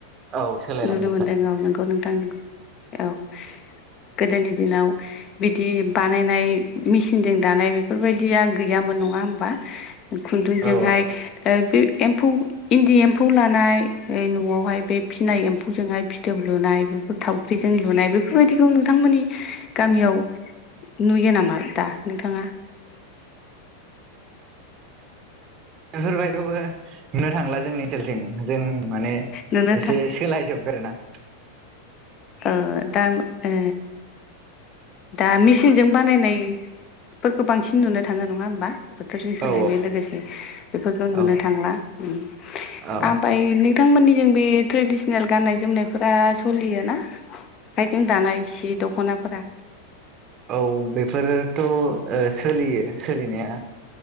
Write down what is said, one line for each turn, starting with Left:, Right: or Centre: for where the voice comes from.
Right: औ सोलायलांजोबबाय
Left: नुनो मोनदों औ नोंगौ नोंथां नोंगौ औ गोदोनि दिनाव बिदि बानायनाय मेसिनजों दानाय बेफोरबायदिया गैयामोन नङा होमबा? खुन्दुंजोंहाय
Right: औ
Left: ओ बे एम्फौ इन्दि एम्फौ लानाय न'आवहाय बे फिनाय एम्फौजोंहाय फिथोब लुनाय बेफोर थावख्रिजों लुनाय बेफोरबायदिखौ नोंथांमोननि गामियाव नुयो नामा दा नोंथाङा
Right: बेफोरबायदिबो नुनो थांला जोंनि साइडथिं जों माने
Left: नुनो
Right: एसे
Left: था
Right: सोलायजोबबाय आरो ना
Left: अ दा ओ दा मेसिनजों बानायनायफोरखौ बांसिन नुनो थाङो नङा होमबा? बोथोरजों सोलायनाय
Right: औ
Left: लोगोसे बेफोरखौ नुनो
Right: औ
Left: थांला आमफ्राय
Right: औ
Left: नोंथां बिथांमोननि जों बे ट्रेडिसनेल गाननाय जोमनायफोरा सोलियोना आखाइजों दानाय सि दख'नाफोरा?
Right: औ बेफोरोथ' ओ सोलियो सोलिनाया